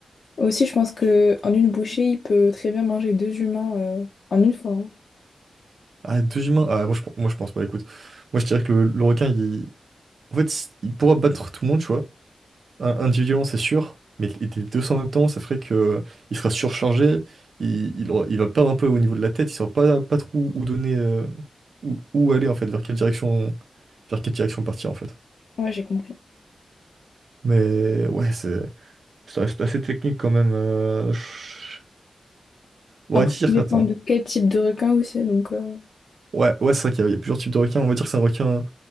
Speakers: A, on the left; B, on the right.
A: Aussi, je pense que en une bouchée, il peut très bien manger deux humains euh, en une fois. hein.
B: Ah, deux humains? Ah, moi je, moi je pense pas, écoute. Moi je dirais que le, le requin, il... En fait, il pourra battre tout le monde, tu vois. Un- Individuellement, c'est sûr, mais les les deux en même temps, ça ferait que il sera surchargé, il, il, aura- il va perdre un peu au niveau de la tête, il saura pas, pas trop où où donner, euh, où, où aller en fait, vers quelle direction, vers quelle direction partir en fait.
A: Ouais, j'ai compris.
B: Mais ouais, c'est, ça reste assez technique quand même. euh, je- On
A: Après,
B: va dire,
A: ça dépend
B: attends.
A: de quel type de requin aussi. Donc, euh,
B: Ouais, ouais, c'est vrai qu'il y, a il y a plusieurs types de requins. On va dire que c'est un requin,